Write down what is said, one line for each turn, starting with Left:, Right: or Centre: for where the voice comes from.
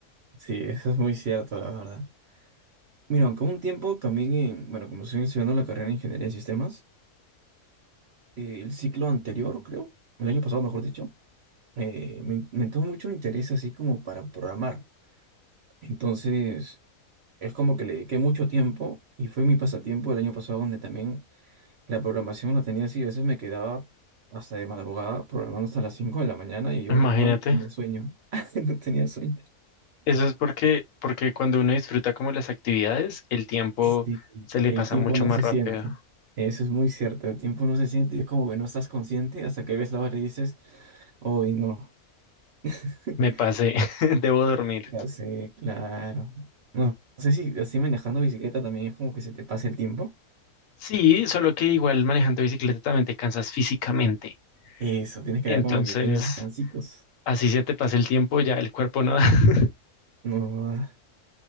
Right: sí, eso es muy cierto, la verdad. Mira, aunque hubo un tiempo también, en- bueno, como estoy estudiando la carrera de Ingeniería de Sistemas, eh, el ciclo anterior, creo, el año pasado, mejor dicho, eh, me, me entró mucho interés así como para programar. Entonces... Es como que le dediqué mucho tiempo y fue mi pasatiempo el año pasado donde también la programación la tenía así. A veces me quedaba hasta de madrugada programando hasta las 5 de la mañana y yo
Left: Imagínate,
Right: no tenía sueño. <laughs> No tenía sueño.
Left: eso es porque, porque cuando uno disfruta como las actividades, el tiempo
Right: Sí,
Left: se le
Right: el
Left: pasa
Right: tiempo
Left: mucho
Right: no
Left: más
Right: se
Left: rápido.
Right: siente. Eso es muy cierto. El tiempo no se siente y es como que no estás consciente hasta que ves la hora y dices, hoy no. <laughs>
Left: Me pasé, <laughs> debo dormir.
Right: Sí, claro. No sé si así manejando bicicleta también es como que se te pasa el tiempo.
Left: Sí, solo que igual manejando bicicleta también te cansas físicamente.
Right: Eso, tienes que
Left: Entonces,
Right: dar como que pequeños descansitos.
Left: así se te pasa el tiempo, ya el cuerpo no da. <laughs>
Right: No. ah.